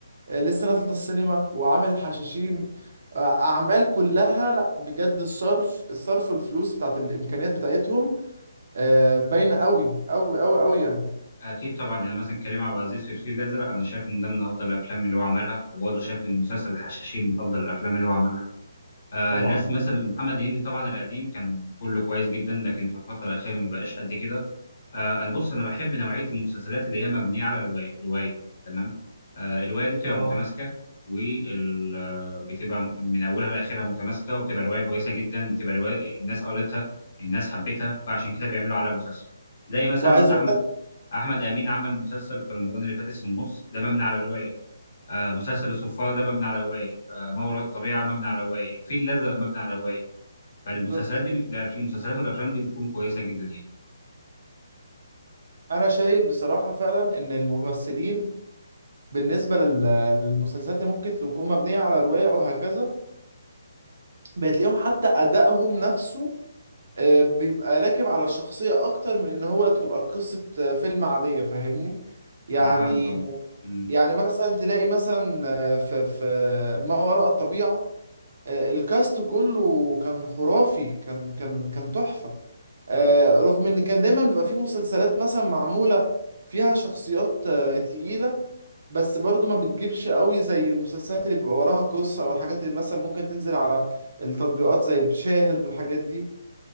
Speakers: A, on the right; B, on the left.
A: آه، لسه نازلة السينما وعامل الحشاشين آه، أعمال كلها لأ بجد الصرف الصرف والفلوس بتاعت الإمكانيات بتاعتهم آه، باينة أوي أوي أوي أوي يعني
B: اكيد طبعا يعني مثلا كريم عبد العزيز في الفيل الازرق انا شايف ان ده من افضل الافلام اللي هو عملها وبرضه شايف ان مسلسل الحشاشين من افضل الافلام اللي هو عملها آه
A: طبعا
B: ناس مثلا محمد هنيدي طبعا القديم كان كله كويس جدا لكن في الفتره الاخيره ما بقاش قد كده آه انا بص انا بحب نوعيه المسلسلات اللي هي مبنيه على روايه روايه تمام آه الروايه دي بتبقى
A: اه
B: متماسكه وال آه، بتبقى من اولها لاخرها متماسكه وبتبقى روايه كويسه جدا بتبقى روايه الناس قريتها الناس حبتها فعشان كده بيعملوا عليها مسلسل زي مثلا
A: وعايز أقول
B: احمد
A: لك
B: احمد امين عمل مسلسل في رمضان اللي فات اسمه النص ده مبني على روايه آه، مسلسل الصفارة ده مبني على رواية آه، ما وراء الطبيعة مبني على رواية الفيل الأزرق مبني على رواية فالمسلسلات
A: بالظبط
B: دي بت... لا، في المسلسلات والأفلام دي بتكون كويسة جدا يعني
A: أنا شايف بصراحة فعلا إن الممثلين بالنسبة لل- للمسلسلات اللي ممكن تكون مبنية على رواية أو هكذا بتلاقيهم حتى أدائهم نفسه آه، بيبقى راكب على الشخصية أكتر من إن هو تبقى قصة آه، فيلم عادية فاهمني؟ يعني
B: أنا فاهمك أه أمم،
A: يعني مثلا تلاقي مثلا آه، في في ما وراء الطبيعة آه، الكاست كله كان خرافي كان كان كان تحفة آه، رغم ان كان دايما بيبقى فيه مسلسلات مثلا معمولة فيها شخصيات آه، تقيلة بس برضو ما بتجيبش قوي زي المسلسلات اللي بيبقى وراها قصة او الحاجات اللي مثلا ممكن تنزل على التطبيقات زي شاهد والحاجات دي